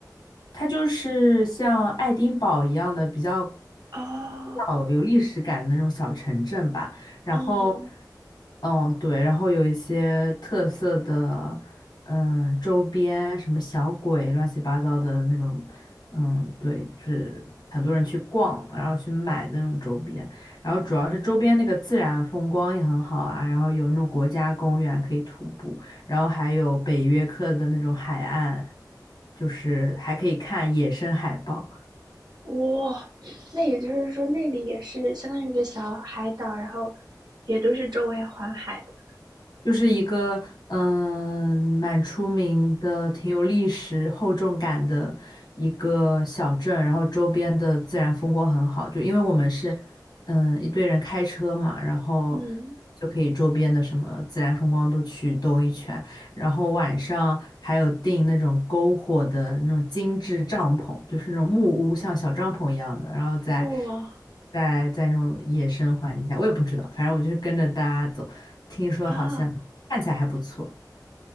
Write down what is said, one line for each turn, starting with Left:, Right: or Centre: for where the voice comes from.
Left: 它就是像爱丁堡一样的比较
Right: 哦。
Left: 古老、有历史感的那种小城镇吧。然后，
Right: 嗯，
Left: 嗯，对，然后有一些特色的，嗯，周边什么小鬼、乱七八糟的那种，嗯，对，就是很多人去逛，然后去买的那种周边。然后主要是周边那个自然风光也很好啊，然后有那种国家公园可以徒步。然后还有北约克的那种海岸，就是还可以看野生海豹。
Right: 哇，哦那也就是说那里也是相当于一个小海岛，然后也都是周围环海的。
Left: 就是一个嗯、呃蛮出名的、挺有历史厚重感的一个小镇，然后周边的自然风光很好。就因为我们是嗯、呃一堆人开车嘛，然后
Right: 嗯，
Left: 就可以周边的什么自然风光都去兜一圈，然后晚上还有订那种篝火的那种精致帐篷，就是那种木屋，像小帐篷一样的，然后在
Right: 哇哦
Left: 在在那种野生环境下，我也不知道，反正我就是跟着大家走。听说好像看起来还不错。
Right: 啊，哦